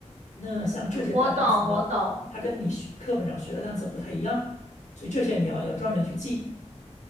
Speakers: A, on the left; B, on the right.
A: 那像这些单单词呢，
B: 我懂，我懂。
A: 它跟你学课本上学的单词不太一样，所以这些你要要专门去记。